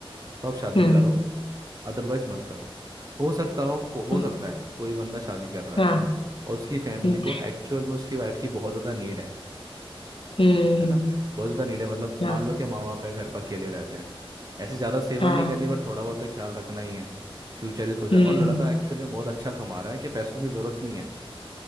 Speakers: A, on the right (about 40°); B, on the left (about 65°).
A: तो आप शादी
B: हम्म
A: करो अदरवाइज मत करो हो सकता हो को हो
B: हम्म
A: सकता है कोई बंदा शादी कर रहा
B: हाँ
A: है और उसकी फैमिली
B: हम्म
A: को एक्चुअल में उसकी वाइफ की बहुत ज़्यादा नीड है
B: हम्म
A: है ना बहुत ज़्यादा नीड है मतलब
B: हाँ
A: मान लो कि माँ बाप है घर पर अकेले रहते हैं ऐसे ज़्यादा सेवा
B: हाँ
A: नहीं करनी बट थोड़ा बहुत तो ख्याल रखना ही है फ्यूचर भी सोचा
B: हम्म
A: और लड़का
B: हम्म
A: एक्चुअली में बहुत अच्छा कमा रहा है कि पैसों की ज़रूरत नहीं है